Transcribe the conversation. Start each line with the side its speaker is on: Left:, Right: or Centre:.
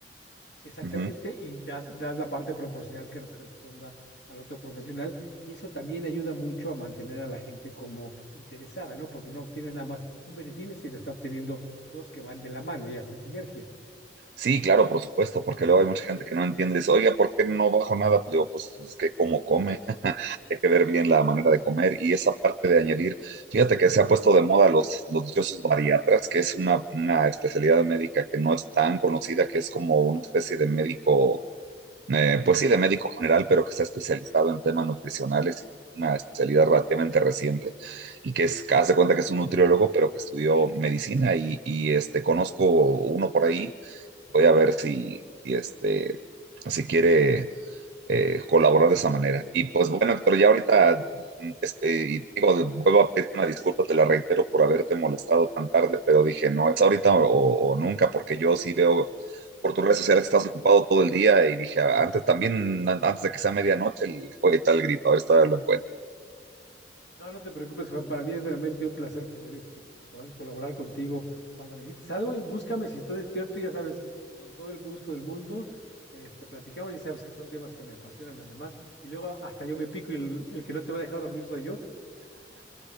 Left: Exactamente,
Right: Ujú, ujú.
Left: y das, das la parte proporcional que corresponda al otro profesional, y eso también ayuda mucho a mantener a la gente como interesada, ¿no? Porque no obtiene nada más un beneficio, sino está obteniendo dos que van de la mano y hacen sinergia.
Right: Sí, claro, por supuesto, porque luego hay mucha gente que no entiende eso. Oiga, ¿por qué no bajo nada? Pues digo, pues es que como come. Hay que ver bien la
Left: Exacto.
Right: manera de comer y esa parte de añadir, fíjate que se ha puesto de moda los, los dichosos bariatras, que es una, una especialidad médica que no es tan conocida, que es como una especie de médico, eh, pues sí, de médico general, pero que está especializado en temas nutricionales, una especialidad relativamente reciente y que es, haz de cuenta que es un nutriólogo, pero que estudió medicina y, y, este, conozco uno por ahí, voy a ver si, si este, si quiere eh, colaborar de esa manera. Y pues bueno, Héctor, ya ahorita, mm, es- eh, y digo, vuelvo a pedirte una disculpa, te la reitero por haberte molestado tan tarde, pero dije, no, es ahorita o, o nunca, porque yo sí veo por tus redes sociales que estás ocupado todo el día y dije, antes también, an- antes de que sea medianoche, le voy a echar el grito, a ver si todavía lo encuentro.
Left: No, no te preocupes, Juan, para mí es realmente un placer poder, este, poder colaborar contigo. Cuando necesites algo, búscame, si estoy despierto, ya sabes, con todo el gusto del mundo, este, platicamos, ya sabes que son temas que me apasionan además, y luego hasta yo me pico y el, el que no te va a dejar dormir soy yo,